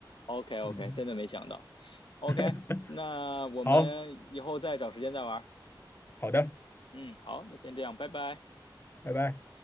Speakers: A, on the left; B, on the left.
A: ，OK OK，
B: 嗯，
A: 真的没想到，OK，
B: <laughs>
A: 那我们以后再找时间再玩儿，
B: 好好的，
A: 嗯，好，那先这样，拜拜。
B: 拜拜。